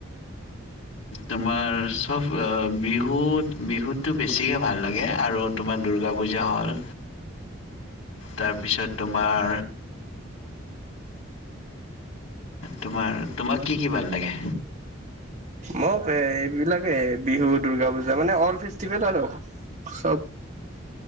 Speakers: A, on the left (about 80°); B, on the right (about 35°).
A: তোমাৰ চব বিহুত বিহুতটো বেছিকে ভাল লাগে। আৰু তোমাৰ দুূৰ্গা পূজা হ'ল তাৰপিছত তোমাৰ। তোমাৰ তোমাক কি কি ভাল লাগে?
B: মোক এইবিলাকে বিহু দূৰ্গা পূজা মানে অল ফেষ্টিভেল আৰু চব